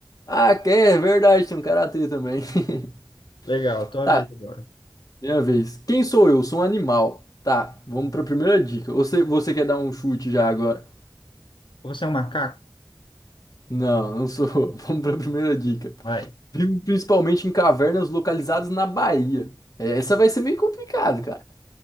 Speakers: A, on the left; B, on the left.
A: Ah, que é verdade, tem um karatê também. <laughs>
B: Legal, tua
A: Tá,
B: vez agora.
A: Minha vez. Quem sou eu? Sou um animal. Tá, vamos pra primeira dica. Você, você quer dar um chute já agora?
B: Você é um macaco?
A: Não, não sou. <laughs> Vamos pra primeira dica.
B: Vai.
A: Vivo principalmente em cavernas localizadas na Bahia. É, Essa vai ser meio complicada, cara.